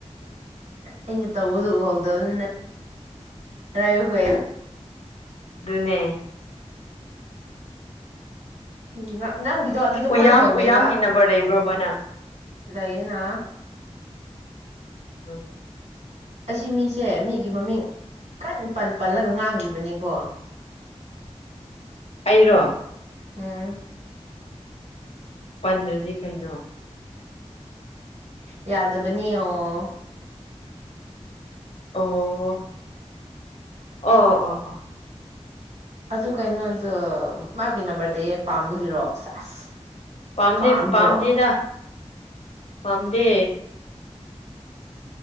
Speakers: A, on the right (about 80°); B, on the left (about 65°).
A: ꯑꯩꯅ ꯇꯧꯕꯗꯨ ꯎꯍꯧꯗꯕꯅꯤꯅ ꯄꯔꯥꯏꯨ ꯍꯌꯦ
B: ꯅꯦ
A: ꯎꯝ ꯅꯪꯒꯤꯗꯣ ꯑꯗꯨꯗꯣ ꯀꯃꯥꯏꯅ
B: ꯎꯌꯥꯝ
A: ꯇꯧꯋꯦꯕ
B: ꯎꯌꯥꯝꯒꯤ ꯅꯝꯕꯔ ꯂꯩꯕ꯭ꯔꯣꯕ ꯅꯪ
A: ꯂꯩꯅ
B: ꯎꯝ
A: ꯑꯁꯤ ꯃꯤꯁꯦ ꯃꯤꯒꯤ ꯃꯃꯤꯡ ꯀꯟ ꯄꯜ ꯄꯜꯂꯒ ꯉꯥꯡꯒꯤꯕꯅꯦ ꯀꯣ
B: ꯑꯩꯔꯣ
A: ꯑꯝ
B: ꯄꯟꯗ꯭ꯔꯗꯤ ꯀꯩꯅꯣ
A: ꯌꯥꯗꯕꯅꯤ ꯑꯣ
B: ꯑꯣ ꯑꯣ ꯑꯣ ꯑꯣ
A: ꯑꯗꯨ ꯀꯩꯅꯣꯗꯨ ꯃꯥꯒꯤ ꯅꯝꯕꯔ ꯂꯩꯌꯦ ꯄꯥꯝꯕꯒꯤꯔꯣ ꯁꯦꯁ
B: ꯄꯥꯝꯗꯦ
A: ꯄꯥꯝꯕ꯭ꯔꯣ
B: ꯄꯥꯝꯗꯦꯗ ꯄꯥꯝꯗꯦ